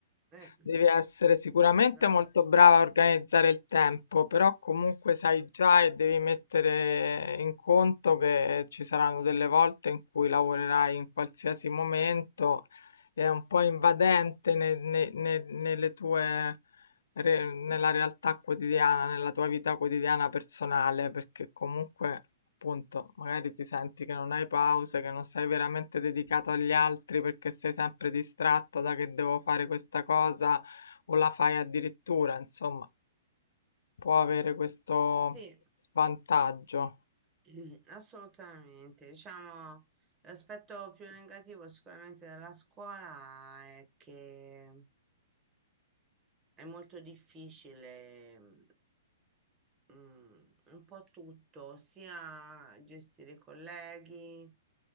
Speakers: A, on the right (about 20°); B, on the left (about 80°).
A: Eh,
B: devi essere sicuramente
A: esatto,
B: molto brava a organizzare il tempo, però comunque sai già e devi mettere in conto che ci saranno delle volte in cui lavorerai in qualsiasi momento è un po' invadente ne- ne- ne- nelle tue, re- nella realtà quotidiana, nella tua vita quotidiana personale, perché comunque, appunto, magari ti senti che non hai pause, che non sei veramente dedicato agli altri perché sei sempre distratto da che devo fare questa cosa o la fai addirittura, insomma, può avere questo
A: sì,
B: svantaggio.
A: <clears throat> assolutamente. Diciamo, l'aspetto più negativo sicuramente della scuola è che è molto difficile, mm, un po' tutto, sia gestire i colleghi,